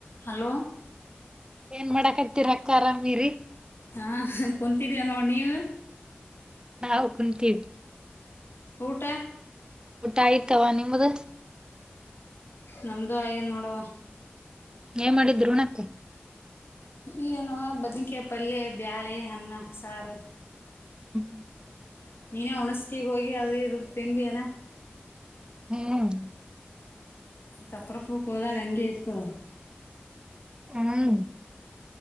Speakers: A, on the left; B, on the right.
A: ಹಲೋ
B: ಏನ್ ಮಾಡಕತ್ತೀರ ಅಕ್ಕರಾಮೀರಿ
A: ಹಾ ಕುಂತಿದವ ನೋಡ ನೀವು
B: ನಾವು ಕುಂತೀವಿ
A: ಊಟ
B: ಊಟ ಆಯತವಾ ನಿಮ್ಮ್ದ
A: ನಮ್ದು ಆಗೇದ ನೋಡವಾ
B: ಏನ್ ಮಾಡಿದ್ರ ಉಣಕ್ಕ
A: ಈ ಏನುವ ಬದನಿಕಾಯಿ ಪಲ್ಯ ಬ್ಯಾಳಿ ಅನ್ನ ಸಾರು
B: ಹ್ಞೂ
A: ನೀನೇ ಉಣಸತಿ ಗೆ ಹೋಗಿ ಅದು ಇದು ತಿಂದಿಯನ
B: ಹ್ಮ್
A: ತಪ್ರಪ್ಪೂಕ ಹೋದಾಗ ಹಂಗೆ ಇರ್ತದ ಅದ
B: ಹಾರಿ